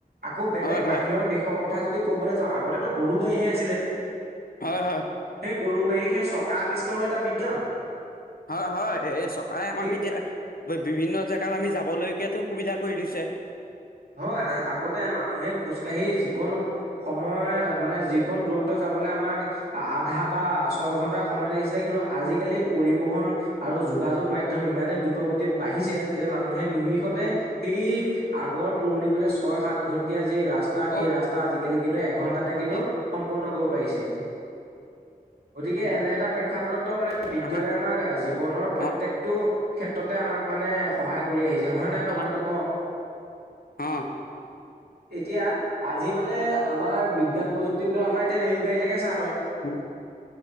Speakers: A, on the right (about 85°); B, on the left (about 70°).
A: আকৌ বেলেগ
B: হয় হয়
A: বাহিৰৰ দেশৰ ক, কথা যদি ক'বলৈ যাওঁ আগতেটো গৰু গাড়ী হে আছিলে।
B: হয়', হয়।
A: সেই গৰু গাড়ী সেই চকা আৱিষ্কাৰো এটা বিজ্ঞান।
B: হয়', হয়। এই চকে আমাক
A: সেই
B: এতিয়া বিভিন্ন জেগাত আমি যাবলৈকাটো সুবিধা কৰি দিছে।
A: হয়। আ আগতে মানুহে খোজ কাঢ়ি যি কণ, সময় আৰু মানে যি কণ দূৰত্ব যাবলৈ আমাক, আ আধা বা ছয় ঘন্টা সময় লাগিছিলে, কিন্তু আজিকালি পৰিবহন, আৰু যোগাযোগ মাধ্যম ইমানেই দ্ৰুত গতিত বাঢ়িছে যে মানুহে নিমিষতে সেই, আগৰ পুৰণিকলীয়া ছয় সাত ঘণ্টিয়া যি ৰাস্তা সেই
B: ঔ
A: ৰাস্তা আজিকালি কিন্তু এঘণ্টাতে
B: আজি
A: কিন্তু, সম্পূৰ্ণ কৰিব পাৰিছে।
B: উম, উম,
A: গতিকে
B: এ
A: এনে এটা প্ৰেক্ষাপটত ত মানে বিজ্ঞানে
B: আহা
A: আমাৰ ৰা জীৱ জীবনৰ প্ৰত্যেকটো,
B: অ
A: ক্ষেত্ৰতে আমাক মানে সহায় কৰি আহিছে হয় নহয়
B: আহা
A: তই কথাটো ক?
B: অ'
A: এতিয়া, আজি মানে আমাৰ বিজ্ঞান প্ৰযুক্তি, টি আমাৰ এতিয়া ৰেল গাড়ীলৈকে চাহ তই।
B: উম,